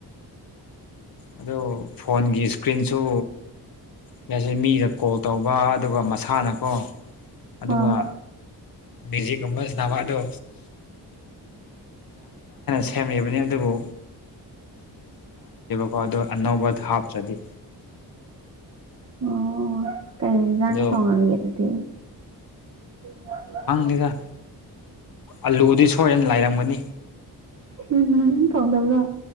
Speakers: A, on the left; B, on the right.
A: ꯑꯗꯨ ꯐꯣꯟꯒꯤ ꯏꯁ ꯀ꯭ꯔꯤꯟꯁꯨ ꯉꯁꯤ ꯃꯤꯗ ꯀꯣꯜ ꯇꯧꯕ ꯑꯗꯨꯒ ꯃꯁꯥꯅꯀꯣ ꯑꯗꯨꯒ
B: ꯍꯣꯏ
A: ꯃ꯭ꯌꯨꯖꯤꯛꯀꯨꯝꯕ ꯁꯥꯅꯕ ꯑꯗꯨ ꯁꯦꯝꯂꯤꯕꯅꯤ ꯑꯗꯨꯕꯨ ꯍꯣꯏ ꯑꯗꯨ ꯑꯅꯧꯕ ꯊꯥꯞꯆꯂꯤ
B: ꯑꯣ ꯀꯩ ꯏꯟꯖꯥꯡ
A: ꯑꯗꯣ
B: ꯅ ꯊꯣꯡꯉꯒꯦ ꯑꯗꯨꯗꯤ <unintelligible>
A: ꯈꯪꯗꯦꯗ ꯑꯂꯨꯗꯤ ꯁꯣꯏꯗꯅ ꯂꯩꯥꯔꯝꯒꯅꯤ
B: ꯎꯝ ꯍꯨꯝ ꯊꯣꯡꯗꯕ꯭ꯔꯣ